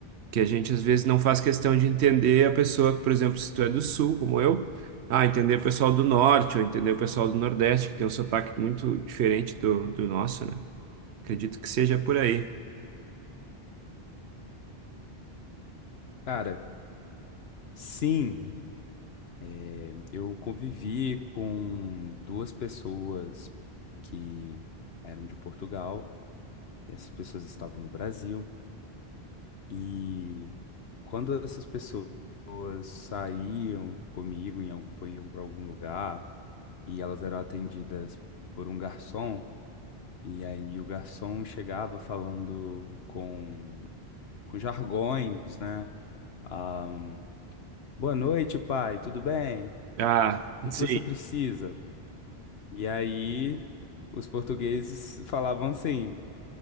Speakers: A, on the right (about 90°); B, on the left (about 70°).
A: que a gente às vezes não faz questão de entender a pessoa que, por exemplo, se tu é do sul, como eu, ah, entender o pessoal do norte ou entender o pessoal do nordeste, que tem um sotaque muito diferente do, do nosso, né? Acredito que seja por aí.
B: Cara, sim, é, eu convivi com duas pessoas que eram de Portugal, e essas pessoas estavam no Brasil, e quando essas pessoas saíam comigo, em algum, iam para algum lugar, e elas eram atendidas por um garçom, e aí o garçom chegava falando com, com jargões, né? Ah, boa noite, pai, tudo bem?
A: Ah,
B: O que
A: sim.
B: que você precisa? E aí os portugueses falavam assim,